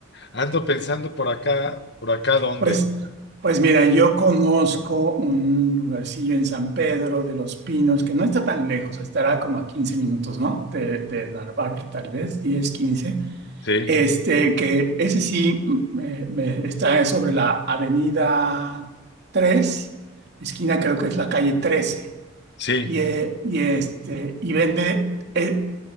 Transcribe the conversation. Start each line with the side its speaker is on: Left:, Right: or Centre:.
Left: ando pensando por acá, por acá dónde.
Right: pues, pues mira, yo conozco un lugarcillo en San Pedro de los Pinos que no está tan lejos, estará como a 15 minutos, ¿no? De, de Narvarte, tal vez, diez quince
Left: Sí,
Right: Este, que ese sí mm, me- me- está sobre la Avenida tres esquina creo que es la calle 13
Left: sí,
Right: y, eh, y, este, y vende, e-